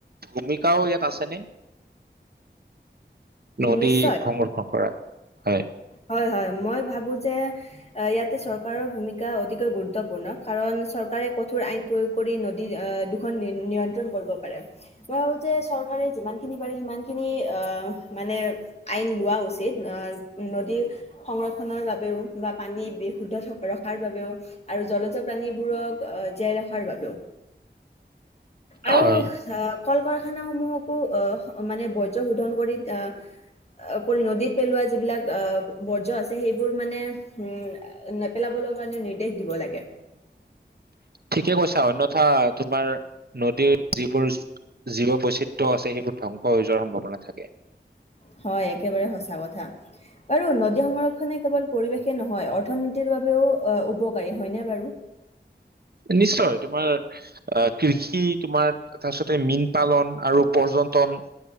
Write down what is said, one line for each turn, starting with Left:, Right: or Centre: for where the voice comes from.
Right: ভূমিকাও ইয়াত আছে নে। নদী
Left: নিশ্চয়।
Right: সংৰক্ষণ কৰা। হয়।
Left: হয় হয় মই ভাবো যে ইয়াতে চৰকাৰৰ ভূমিকা অতিকৈ গুৰুত্বপূৰ্ণ কাৰণ চৰকাৰে কঠোৰ আইন প্ৰয়োগ কৰি নদী দুখন নিয়ন্ত্ৰণ কৰিব পাৰে মই ভাবো যে চৰকাৰে যিমানখিনি পাৰে সিমানখিনি অহ মানে আইন লোৱা। উচিত নদী সংৰক্ষনৰৰ বাবেও বা পানী বিশুদ্ধ থ ৰখাৰ বাবেও আৰু জলজ প্ৰাানীবোৰক অহ জীয়াই ৰখাৰ বাবেওঁ। আৰু
Right: হয়
Left: অহ। কল কাৰখানাসমূহকো অহ মানে বৰ্জ শোধন কৰি অহ কৰি নদীত পেলোৱা যিবিলাক। বৰ্জ আছে সেইবোৰ মানে উম নেপেলাবলৈ কাৰণে নিৰ্দেশ দিব লাগে।
Right: ঠিকে কৈছা অন্যথা তোমাৰ নদীৰ যিবোৰ জীৱ বৈচিত্ৰ্য আছে সেইবোৰ ধ্বংস হৈ যোৱাৰ সম্ভাৱনা থাকে।
Left: হয় একেবাৰে সঁচা কথা বাৰু নদী সংৰক্ষনে কেৱল পৰিৱেশে নহয় অৰ্থনীতিৰ বাবেও উপকাৰী হয়নে বাৰু।
Right: নিশ্চয় তোমাৰ আহ কৃষি তোমাৰ তাৰপিছতে মীন পালন আৰু পৰ্যটন